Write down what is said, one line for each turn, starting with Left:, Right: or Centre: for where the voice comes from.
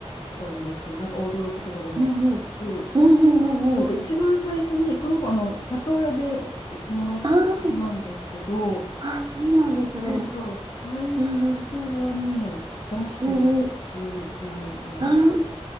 Left: たんですよ。なんか驚くとかでも。
Right: うんうん。
Left: うん。
Right: うんうんうんうん。
Left: と、一番最初に、この子、あの、里親でいもらった子なんですけど、
Right: ああ、あ、そうなんですね。
Left: そうそう、最初はね、
Right: うんうん。
Left: 出してましたね。
Right: うんうん。
Left: 十何年。
Right: ああ、